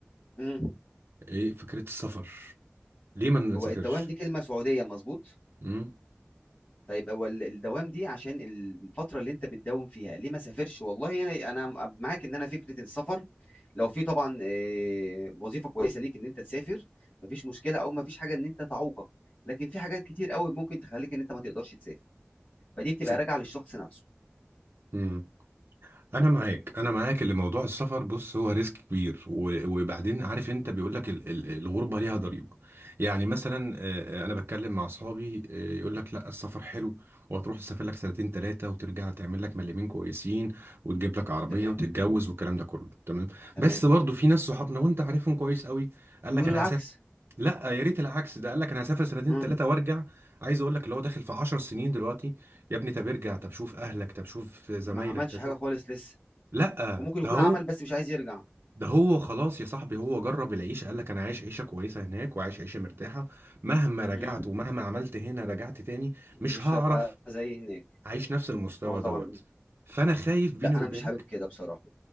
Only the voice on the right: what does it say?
ايه فكرة السفر ليه ما نسافرش
امم
س-
امم انا معاك انا معاك اللي موضوع السفر بص هو ريسك كبير و- وبعدين عارف انت بيقول لك ال- ال- الغربة ليها ضريبة يعني مثلا آه، انا بتكلم مع اصحابي آه، يقول لك لا السفر حلو وهتروح تسافر لك سنتين ثلاثة وترجع تعمل لك مليمين كويسين وتجيب لك عربية
وتتجوز والكلام ده كله تمام
بس برضه في ناس صحابنا وانت عارفهم كويس قوي قال
لك انا
هسافر لا يا ريت العكس ده قال لك انا هسافر سنتين
ثلاثه وارجع عايز اقول لك اللي هو داخل في 10 سنين دلوقتي يا ابني طب ارجع طب شوف اهلك طب شوف زمايلك
طب شوف
لا
ده هو
ده هو خلاص يا صاحبي هو جرب العيشه قال لك انا عايش عيشه كويسه هناك وعايش عيشه مرتاحه مهما رجعت
ومهما عملت هنا رجعت تاني مش
هعرف
اعيش نفس المستوى
دوت فانا خايف بيني
وبينك